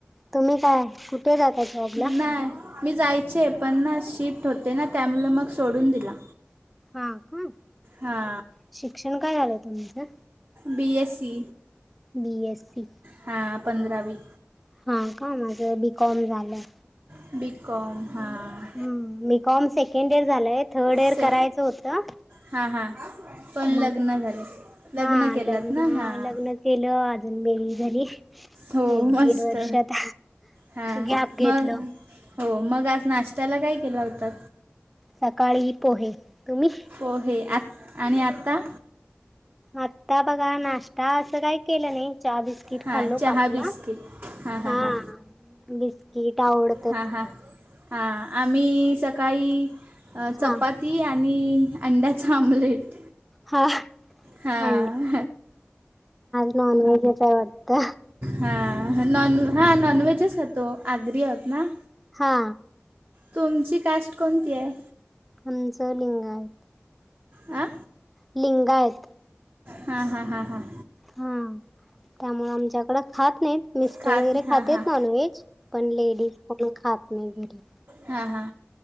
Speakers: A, in the centre; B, on the right.
A: तुम्ही काय कुठे जाता जॉबला
B: नाही मी जायचे पण ना शिफ्ट होते ना त्यामुळे मग सोडून दिला
A: हा का?
B: हा
A: शिक्षण काय झालंय तुमचं
B: B S C
A: B S C.
B: हां पंधरावी
A: हा का माझं बीकॉम झालं
B: बीकमहाा
A: मी कॉम सेकंड इयर झालंय थर्ड इर
B: से
A: करायचं होतं
B: हां हां पण
A: मग
B: लग्न झालं लग्न
A: हा
B: केलं
A: लग्न
B: ना हां
A: लग्न केलं अजून बेरी झारी
B: हो
A: एक
B: मस्त
A: दीड वर्षात
B: हां
A: गॅप घेतलं
B: मग हो मग आज नाशत्याला काय केला होता
A: सकाळी पोहे तुम्ही
B: हो हे आ आणि आता
A: आता बघा नाश्ता असं काय केलं नाही चहा बिस्कट िट
B: हां
A: खाल्लो
B: चहा
A: पाचला
B: बिस्किट हां हां
A: हा
B: हां
A: बिस्किट आवड
B: हां हां हां आम्ही सकाळी
A: हा
B: चपच ती आणि अंड्याचा आमलेट
A: हा
B: हां
A: हा नाॉन वजे काय वात
B: हा नॉन हा नॉन व्हेजच हो तो आग्री आहत ना
A: हा
B: तुमची कास्ट कोणती आहे
A: हमच लिंगाय
B: आ
A: लिंगायत
B: हा हा हा हा
A: हा त्यामुळे आमच्याकडें खात नाहीत मिस्ट
B: खात
A: वगैरे
B: हां
A: खातेत
B: हां
A: नॉनव्हेज पण लेडीज पण खात नाही घरी
B: हा हा